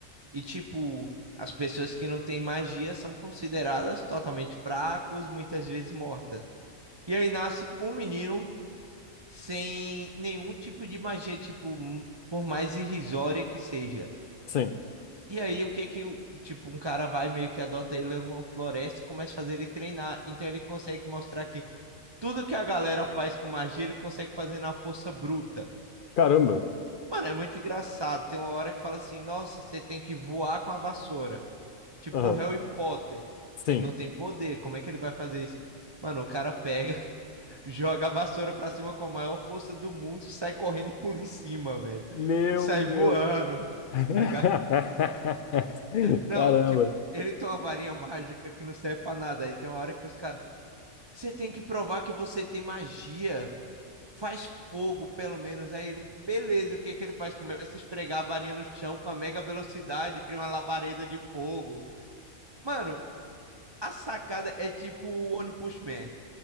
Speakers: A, on the right; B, on the left.
A: E, tipo, as pessoas que não têm magia são consideradas totalmente fracos, muitas vezes mortas. E aí nasce um menino sem nenhum tipo de magia, tipo, m- por mais irrisória que seja.
B: Sim.
A: E aí, o que que, o- tipo, um cara vai meio que adota ele, leva uma floresta e começa a fazer ele treinar. Então, ele consegue mostrar que tudo que a galera faz com magia, ele consegue fazer na força bruta.
B: Caramba.
A: Mano, é muito engraçado. Tem uma hora que fala assim: nossa, você tem que voar com a vassoura. Tipo,
B: Aham.
A: o Harry Potter.
B: Sim.
A: Ele não tem poder, como é que ele vai fazer isso? Mano, o cara pega joga a vassoura pra cima com a maior força do mundo, sai correndo e pula em cima, velho.
B: Meu
A: E sai
B: Deus.
A: voando, <laughs>
B: <laughs>
A: tá ligado? Não,
B: Caramba.
A: tipo, ele tem uma varinha mágica que não serve pra nada. Aí tem uma hora que os caras, você tem que provar que você tem magia. Faz fogo, pelo menos. Aí ele, beleza, o que que ele faz? Começa a esfregar a varinha no chão com a mega velocidade, cria uma labareda de fogo. Mano, a sacada é tipo o One Punch Man.